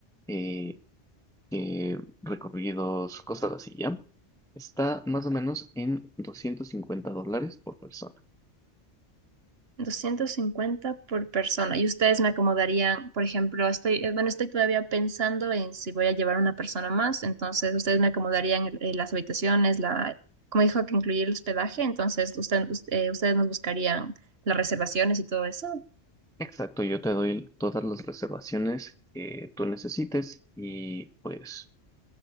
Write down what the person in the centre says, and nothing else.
eh, eh, recorridos, cosas así, ¿ya? Está más o menos en 250 dólares por persona.
Exacto, yo te doy todas las reservaciones que tú necesites y pues